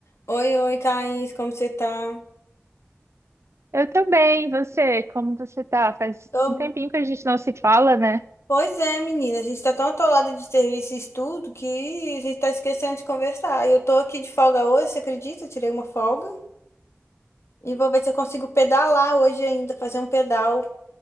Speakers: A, on the left (about 80°); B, on the right (about 80°).
A: Oi, oi, Thaís, como você tá?
B: Eu também, você, como você tá? Faz
A: Tô-
B: um tempinho que a gente não se fala, né?
A: Pois é, menina, a gente tá tão atolada de serviço e estudo que a gente tá esquecendo de conversar. Eu tô aqui de folga hoje, você acredita? Eu tirei uma folga e vou ver se eu consigo pedalar hoje ainda, fazer um pedal